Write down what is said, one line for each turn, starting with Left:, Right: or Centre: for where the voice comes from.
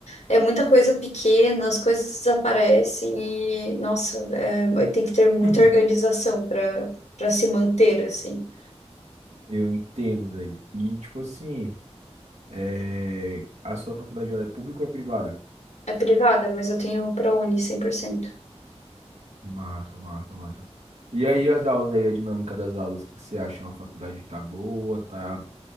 Left: é muita coisa pequena, as coisas desaparecem e, nossa, é, tem que ter muita
Right: <laughs>
Left: organização para para se manter assim.
Right: Eu entendo, velho. E, tipo assim, é, a sua faculdade ela é pública ou é privada?
Left: É privada, mas eu tenho ProUni 100%
Right: Massa, massa, massa. E aí as aulas aí, a dinâmica das aulas, o que que você acha? A faculdade tá boa, tá